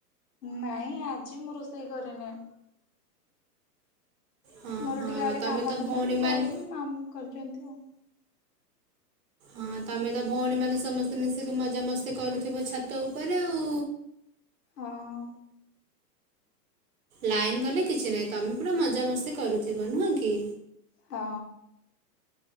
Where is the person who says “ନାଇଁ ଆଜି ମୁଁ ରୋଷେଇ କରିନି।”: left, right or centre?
Left